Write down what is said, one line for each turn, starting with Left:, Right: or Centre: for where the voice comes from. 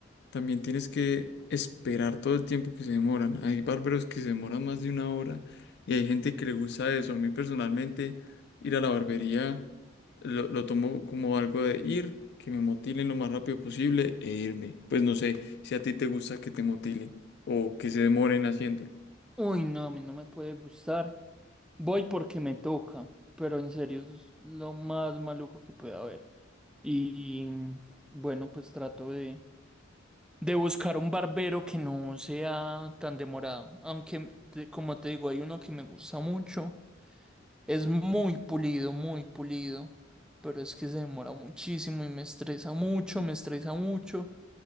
Left: También tienes que esperar todo el tiempo que se demoran. Hay barberos que se demoran más de una hora y hay gente que le gusta eso. A mí personalmente, ir a la barbería lo, lo tomo como algo de ir, que me motilen lo más rápido posible e irme. Pues no sé si a ti te gusta que te motilen o que se demoren haciéndolo.
Centre: Uy, no, a mí no me puede gustar. Voy porque me toca, pero en serio es lo más maluco que puede haber. Y bueno, pues trato de De buscar un barbero que no sea tan demorado. Aunque, te- como te digo, hay uno que me gusta mucho. Es muy pulido, muy pulido. Pero es que se demora muchísimo y me estresa mucho, me estresa mucho.